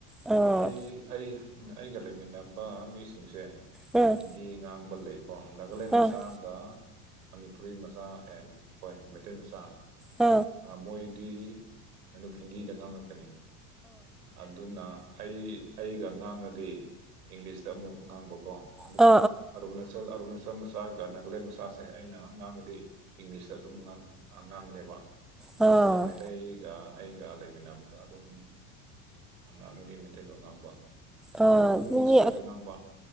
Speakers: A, in the centre; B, on the right.
A: ꯑ
B: ꯑꯩ ꯑꯩ ꯑꯩꯒ ꯂꯩꯃꯤꯟꯅꯕ ꯃꯤꯁꯤꯡꯁꯦ
A: ꯑ
B: ꯍꯤꯟꯗꯤ ꯉꯥꯡꯕ ꯂꯩꯀꯣ ꯅꯥꯒꯥꯂꯦꯟ
A: ꯑ
B: ꯃꯆꯥꯒ ꯃꯅꯤꯄꯨꯔꯤ ꯃꯆꯥ ꯑꯦꯟ ꯍꯣꯏ ꯃꯩꯇꯩ ꯃꯆꯥ
A: ꯑ ꯑ
B: ꯃꯣꯏ ꯗꯤ ꯑꯗꯨꯝ ꯍꯤꯟꯗꯤꯗ ꯉꯥꯡꯉꯛꯀꯅꯤ ꯑꯗꯨꯅ ꯑꯩ ꯑꯩꯒ ꯉꯥꯡꯉꯗꯤ ꯏꯪꯂꯤꯁꯇ ꯑꯃꯨꯛ ꯉꯥꯡꯕꯀꯣ ꯑꯗꯨꯒ
A: ꯑ ꯑ
B: ꯑꯗꯣꯝꯅ ꯑꯔꯨꯅꯁꯔ ꯃꯆꯥ ꯒꯅꯥꯒꯂ ꯃꯁꯥꯁꯦ ꯑꯩꯅ ꯉꯥꯡꯉꯗꯤ ꯏꯪꯂꯤꯁꯇ ꯑꯗꯨꯝ ꯉꯥꯡꯉꯅꯦꯕ
A: ꯑ
B: ꯑꯗꯨꯒ
A: ꯑꯥ
B: ꯃꯩꯇꯩꯒ ꯑꯩꯒ ꯂꯩꯃꯤꯟꯅꯕꯗ ꯑꯗꯨꯝ ꯑꯉꯥꯡꯅꯗꯤ ꯃꯩꯇꯩꯗꯣ ꯉꯥꯡꯕ
A: ꯑ
B: ꯑꯗꯨꯝ
A: ꯑꯗꯨꯈꯣꯏ
B: ꯃꯤꯛꯁ ꯑꯣꯏꯅ ꯉꯥꯡꯕ